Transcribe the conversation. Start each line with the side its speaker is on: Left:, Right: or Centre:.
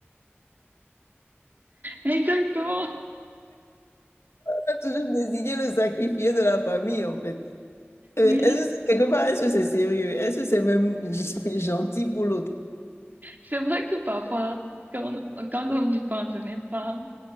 Right: Exactement.
Left: On doit toujours désigner le sacrifié de la famille, en fait. Euh,
Right: Oui.
Left: Est-ce, que- quelque part, est-ce que c'est sérieux? Est-ce que c'est même <laughs> gentil pour l'autre?
Right: C'est vrai que parfois, quand, quand on y pense, ce n'est pas,